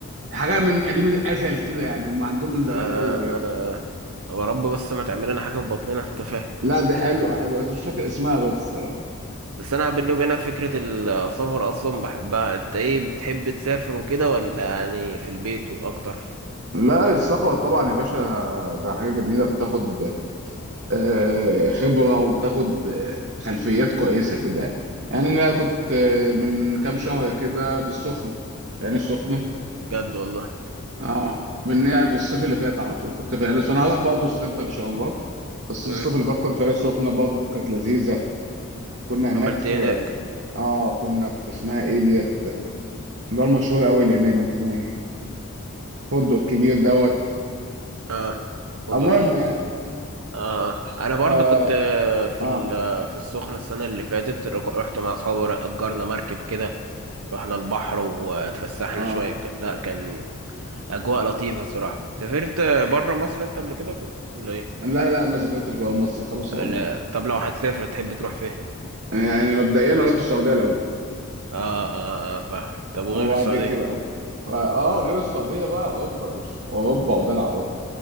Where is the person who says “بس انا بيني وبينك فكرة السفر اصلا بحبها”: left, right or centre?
Right